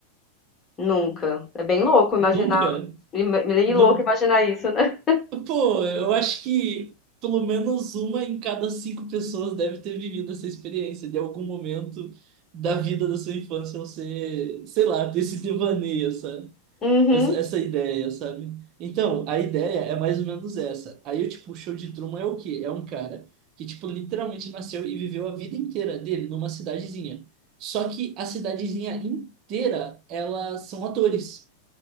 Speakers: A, on the left; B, on the right.
A: Nunca. É bem louco imaginar,
B: Nunca.
A: im- bem
B: Não.
A: louco imaginar isso, né?
B: Pô, eu acho que pelo menos uma em cada cinco pessoas deve ter vivido essa experiência de algum momento da vida da sua infância, você, sei lá, ter esse devaneio, sabe?
A: Uhum.
B: Essa, essa ideia, sabe? Então, a ideia é mais ou menos essa. Aí, eu, tipo, o show de Truman é o quê? É um cara que, tipo, literalmente nasceu e viveu a vida inteira dele numa cidadezinha. Só que a cidadezinha inteira, elas são atores.